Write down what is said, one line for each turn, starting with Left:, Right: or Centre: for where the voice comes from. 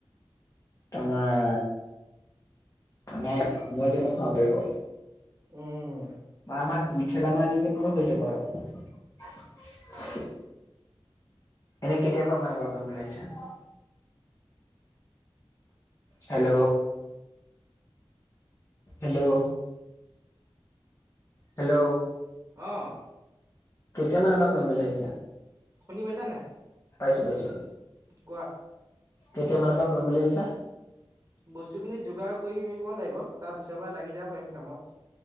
Left: তোমাৰ মানে আ যেমই খাব পাৰিব।
Right: উম।
Left: ম আমাৰ দুই ঠেলামান দিলে পূৰা হৈ যাব আৰু। এনেই কেতিয়া পৰা মান পৰা কৰিম বুলি ভাবিছা? হেল্ল'। Hello hello.
Right: অঁ।
Left: কেতিয়া মানৰ পৰা কৰিম বুলি ভাবিছা?
Right: শুনি পাইছা নাই?
Left: পাইছো পাইছো।
Right: কোৱা।
Left: কেতিয়া মানৰ পৰা কৰিম বুলি ভাবছা?
Right: বস্তুখিনি যোগাৰ কৰি লাগিব তাৰ পিছৰ পৰা লাগি যাব পাৰিম কামত।